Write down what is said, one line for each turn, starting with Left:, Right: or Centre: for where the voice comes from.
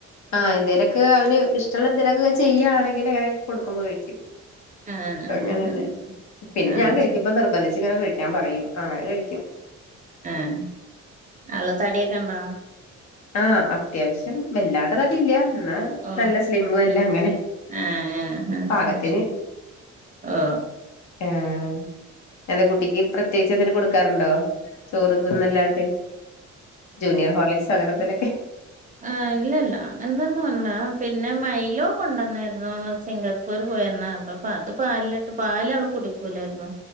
Left: ആഹാ എന്തേലൊക്ക അവന്ഷ്ടള്ള ന്തലൊക്കെ ചെയാണെങ്കിൽ അങ്ങനെ കൊടുക്കുമ്പോ കഴിക്കും
Right: ആഹ് ആഹ്
Left: അങ്ങനന്നെ
Right: ആഹ്
Left: പിന്നെ
Right: ആഹ്
Left: ഞാൻ കഴിക്കുബോ
Right: ശരി
Left: നിർബന്ധിച്ച് ഇങ്ങനെ കഴി ഞാൻ പറയും അങ്ങനെ കഴിക്കും
Right: ആഹ്. ആള്ള തടിയൊക്കെണ്ടോ.?
Left: ആഹാ അത്യാവശ്യം വല്ലാണ്ടേ തടിയില്ല ഇന്നാ
Right: ഓ
Left: നല്ല സ്ലിം അല്ല അങ്ങനെ
Right: ആഹ് ആഹ് ആഹ്
Left: പാകത്തിന്
Right: ശരി ഓ
Left: ഏഹാ എന്തേ കുട്ടിക്ക് പ്ര പ്രത്യേച്ച് എന്തേലും കൊടുക്കാറുണ്ടോ ചോറു ഇതൊന്നല്ലാണ്ട് ജൂനിയർ ഹോർളിക്സ് വേറെന്തേലൊക്കെ
Right: ആഹാ ഇല്ലല്ല അങ്ങനെന്നുംല്ല പിന്നെ മൈലോ കൊണ്ടുവന്നിരുന്നു. സിംഗപ്പൂർ പോ പോയന്നു. അപ്പൊ അത് പാല്ട്ട് പാല്. അവള് കുടിക്കൂലാരുന്നു..